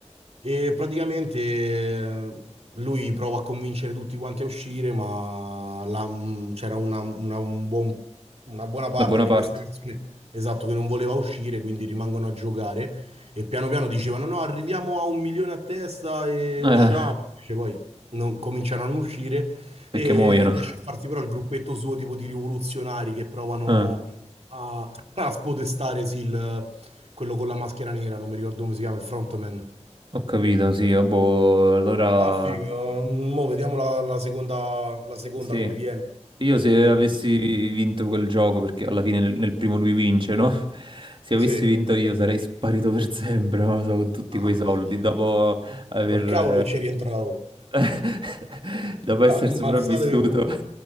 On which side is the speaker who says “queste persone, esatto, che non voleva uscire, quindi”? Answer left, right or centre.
Right